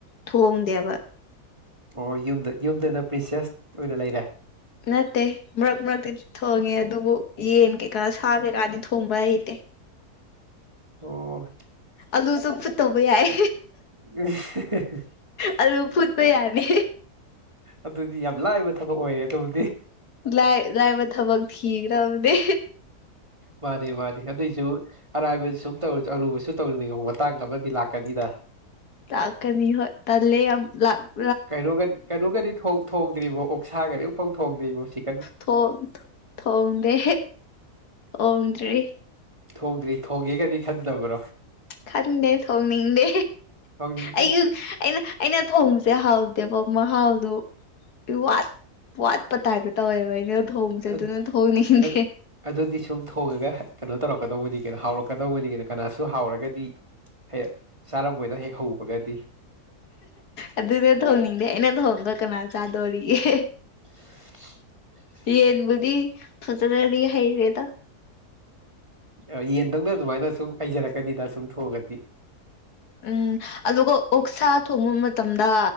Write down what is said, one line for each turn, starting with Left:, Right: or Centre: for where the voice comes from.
Left: ꯊꯣꯡꯗꯦꯕ
Right: ꯑꯣ ꯌꯨꯝꯗ ꯌꯨꯝꯗꯅ ꯄ꯭ꯔꯤꯟꯁꯦꯁ ꯑꯣꯏꯅ ꯂꯩꯔꯦ
Left: ꯅꯠꯇꯦ ꯃꯔꯛ ꯃꯔꯛ ꯊꯣꯡꯉꯦ ꯑꯗꯨꯕꯨ ꯌꯦꯟ ꯀꯩꯀꯥ ꯁꯥ ꯀꯩꯀꯥꯗꯤ ꯊꯣꯡꯕ ꯍꯩꯇꯦ
Right: ꯑꯣ
Left: ꯑꯂꯨ ꯆꯝꯐꯨꯠꯇꯧꯕ ꯌꯥꯏ
Right: ꯎ <unintelligible>
Left: ꯑꯥꯂꯨ ꯐꯨꯠꯄ ꯌꯥꯅꯤ
Right: ꯑꯗꯨꯗꯤ ꯌꯥꯝ ꯂꯥꯏꯕ ꯊꯕꯛ ꯑꯣꯏꯔꯦ ꯑꯗꯨꯕꯨ
Left: ꯂꯥꯏ ꯂꯥꯏꯕ ꯊꯕꯛ ꯊꯤꯒꯗꯕꯅꯦ
Right: ꯃꯥꯅꯦ ꯃꯥꯅꯦ ꯑꯗꯨꯁꯨ ꯑꯔꯥꯏꯕꯗꯨ ꯁꯨꯝ ꯇꯧ ꯑꯔꯨꯕꯁꯨ ꯇꯧꯅꯤꯡꯉꯕ ꯃꯇꯥꯡ ꯑꯃꯗꯤ ꯂꯥꯛꯀꯅꯤꯗ
Left: ꯂꯥꯛꯀꯅꯤ ꯍꫭꯏ ꯇꯜꯂꯦ ꯌꯥꯝ ꯂꯥ
Right: ꯀꯩꯅꯒꯗꯤ ꯀꯩꯅꯣꯒꯗꯤ ꯊꯣꯡꯗ꯭ꯔꯤꯕꯣ ꯑꯣꯛꯁꯥꯒꯗꯤ ꯑꯃꯨꯐꯥꯎ ꯊꯣꯡꯗ꯭ꯔꯤꯕꯣ ꯁꯤ
Left: ꯊꯣꯡ ꯊꯣꯡꯗꯦ ꯊꯣꯡꯗ꯭ꯔꯤ
Right: ꯊꯣꯡꯗ꯭ꯔꯤ ꯊꯣꯡꯒꯦꯒꯗꯤ ꯈꯟꯠꯇꯕ꯭ꯔꯣ
Left: ꯈꯟꯗꯦ ꯊꯣꯡꯅꯤꯡꯗꯦ
Right: ꯊꯣꯡꯅꯤꯡꯗꯦ
Left: ꯑꯩꯁꯨ ꯑꯩꯅ ꯑꯩꯅ ꯊꯣꯡꯕꯁꯦ ꯍꯥꯎꯗꯦꯕ ꯃꯍꯥꯎꯗꯨ ꯋꯥꯠ ꯋꯥꯠꯄ ꯇꯥꯏꯕ ꯇꯧꯋꯦꯕ ꯑꯩꯅ ꯊꯣꯡꯕꯁꯦ ꯑꯗꯨꯅ
Right: ꯑ
Left: ꯊꯣꯡꯅꯤꯡꯉꯗꯦ
Right: ꯑ ꯑꯗꯨꯗꯤ ꯁꯨꯝ ꯊꯣꯡꯉꯒ ꯀꯩꯅꯣ ꯇꯧꯔꯛꯀꯗꯧꯕꯅꯤ ꯀꯩꯅꯣ ꯍꯥꯎꯔꯛꯀꯗꯧꯕꯅꯤ ꯀꯩꯅꯣ ꯀꯅꯥꯁꯨ ꯍꯥꯎꯔꯒꯗꯤ ꯍꯦꯛ ꯆꯥꯔꯝꯕꯣꯏꯗ ꯍꯦꯛ ꯍꯧꯕꯒꯗꯤ
Left: ꯑꯗꯨꯗ ꯊꯣꯡꯅꯤꯡꯗꯦ ꯑꯩꯅ ꯊꯣꯡꯒ ꯀꯅꯥ ꯆꯥꯗꯣꯔꯤꯒꯦ
Right: <inaudible>
Left: ꯌꯦꯟꯕꯨꯗꯤ ꯐꯖꯅꯗꯤ ꯍꯩꯔꯦꯗ
Right: ꯑꯣ ꯌꯦꯟꯗꯧꯅ ꯑꯗꯨꯃꯥꯏꯅ ꯁꯨꯝ ꯍꯩꯖꯔꯛꯀꯅꯤꯗ ꯁꯨꯝ ꯊꯣꯡꯑꯒꯗꯤ
Left: ꯎꯝ ꯑꯗꯨꯒ ꯑꯣꯛꯁꯥ ꯊꯣꯡꯕ ꯃꯇꯝꯗ